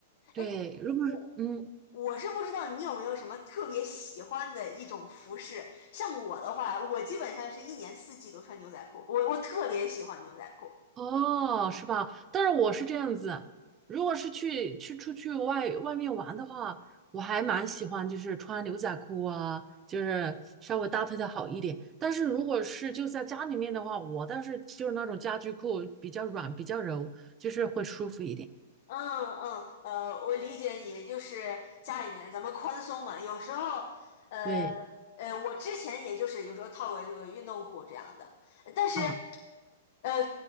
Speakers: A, on the right; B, on the left.
A: 对，
B: 哎，
A: 如果是嗯。
B: 我我是不知道你有没有什么特别喜欢的一种服饰，像我的话，我基本上是一年四季都穿牛仔裤，我我特别喜欢牛仔裤。
A: 哦，是吧？但是我是这样子，如果是去去出去外外面玩的话，我还蛮喜欢，就是穿牛仔裤啊，就是稍微搭配的好一点。但是如果是就在家里面的话，我倒是就是那种家居裤，比较软，比较柔，就是会舒服一点。
B: 嗯嗯，呃，我理解你，就是家里面咱们宽松嘛，有时候，呃
A: 对
B: 呃，我之前也就是有时候套个这个运动裤这样的，但是。
A: 啊，
B: 呃，